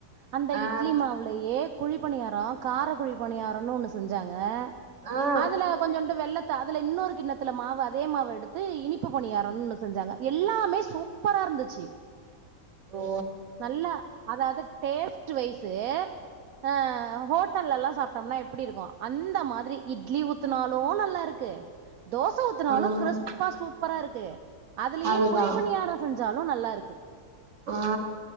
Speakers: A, on the right (about 70°); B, on the right (about 50°).
A: அந்த
B: ஆ
A: இட்லி மாவுலயே குழிப்பணியார கார குழிப்பணியாரன்னு ஒன்னு செஞ்சாங்க
B: ஆ
A: அதுல கொஞ்சோண்டு வெல்லத்த அதுல இன்னொரு கிண்ணத் துல மாவு அதே மாவு எடுத்து இனிப்பு பணியாரன் செஞ்சாங்க எல்லாமே சூப் ப்பரா இருந்துச்சு
B: ஓ
A: நல்லா அதாது டேஸ்ட் வைஸ் ஆ ஹோட்டல்லல்லா சாப்ட்டோம்னா எப்டி இருக்கு அந்த மாதிரி இட்லி த்துனாலு நல்லா இருக்கு தோச ஊத்துனாலு
B: ம்
A: கிறிஸ்பா சூப்பரா இருக்கு அதுலயே
B: அதுதா
A: குழிப்பணியார செஞ்சாலு நல்லாருக்கு
B: ஆ